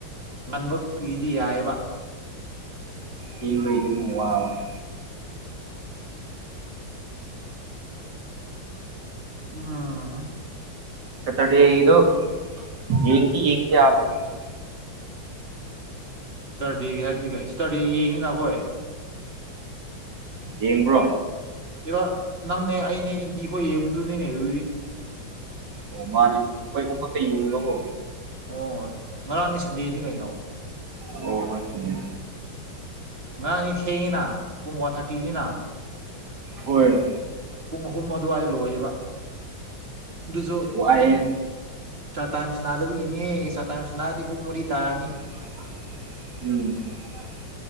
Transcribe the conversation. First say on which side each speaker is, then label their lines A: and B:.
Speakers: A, on the right; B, on the right.
A: ꯉꯟꯕꯒꯤꯗꯤ ꯌꯥꯏꯑꯕ
B: ꯍꯕ ꯏꯗ ꯃꯨ ꯋꯥ <inaudible>
A: ꯑꯍꯥ
B: ꯁꯇꯔꯗꯦꯒꯤꯗꯨ ꯌꯦꯡꯗꯤ ꯌꯦꯡ ꯌꯥꯕꯅꯦ ꯅꯪꯁꯨ
A: ꯁꯔꯗꯦꯒꯤ ꯍꯥꯏꯕꯗꯤ ꯀꯩ ꯁꯇꯔꯗꯦ ꯌꯦꯡꯉꯤꯅ ꯑꯩꯈꯣꯏ
B: ꯌꯦꯡꯕ꯭ꯔꯣ
A: ꯏꯕ ꯅꯪꯅꯦ ꯑꯩꯅꯦ ꯑꯦꯟꯇꯤ ꯍꯣꯏ ꯌꯦꯡꯉꯨꯗꯨꯅꯤꯅꯦꯔꯨꯏ
B: ꯑꯣ ꯃꯥꯅꯦ ꯑꯩꯈꯣꯏꯨꯝꯕꯠꯇ ꯌꯦꯡꯗꯕꯣ
A: ꯑꯣ ꯉꯔꯥꯡꯅꯤ ꯁꯟꯗꯦꯗꯤ ꯀꯩꯅꯣ
B: ꯍꯣ ꯍꯣꯏ ꯆꯨꯝꯃꯤ
A: ꯉꯔꯥꯡꯅꯤ ꯊꯦꯡꯉꯤꯅ ꯄꯨꯡ ꯋꯥꯟ ꯊꯥꯔꯇꯤꯅꯤꯅ
B: ꯍꯣꯏ
A: ꯄꯨꯡ ꯑꯍꯨꯝ ꯑꯗꯨꯋꯥꯏꯗ ꯂꯣꯏꯌꯦꯕ ꯑꯗꯨꯁꯨ
B: ꯋꯥꯏꯌꯦ
A: ꯆ ꯇꯥꯏꯝꯁ ꯅꯥꯗꯕꯒꯤꯅꯦ <inaudible> ꯇꯥꯏꯝ ꯁꯅꯥꯔꯗꯤ ꯄꯨꯡ ꯃꯨꯔꯤ ꯇꯥꯅꯤ
B: <unintelligible>